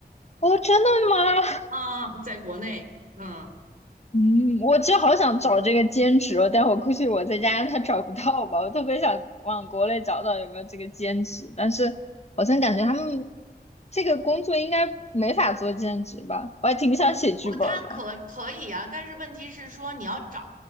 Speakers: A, on the left (about 40°); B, on the right (about 55°).
A: 哦，真的吗？
B: 啊，在国内，嗯，
A: 嗯，我就好想找这个兼职哦，但我估计我在家他找不到吧。我特别想往国内找找有没有这个兼职，但是好像感觉他们这个工作应该没法做兼职吧。我还挺想写剧本儿的。
B: 不，他可可以啊，但是问题是说你要找